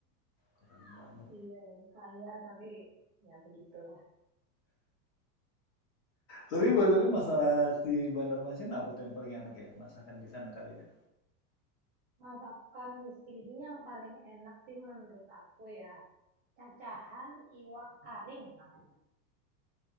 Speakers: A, on the left (about 50°); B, on the right (about 20°).
A: Keren banget.
B: Iya, kaya tapi ya begitulah.
A: Tapi tapi masalah di Bandar Masin apa tuh yang paling enak ya? Masakan di sana kali ya.
B: Masakan di sini yang paling enak sih menurut aku ya cacahan iwak karing namanya.